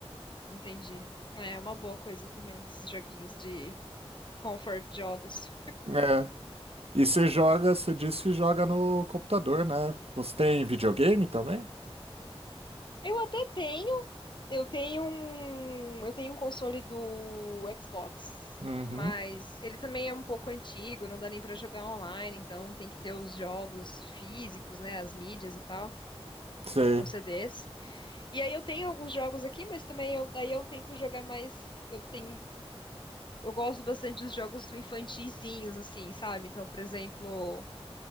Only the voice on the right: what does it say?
É. E você joga, você disse que joga no computador, né? Você tem videogame também?
Uhum.
Sei.